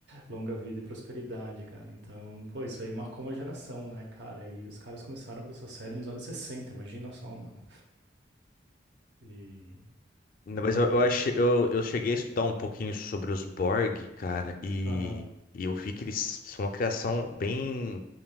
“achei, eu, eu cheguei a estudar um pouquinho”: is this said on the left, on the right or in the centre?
Left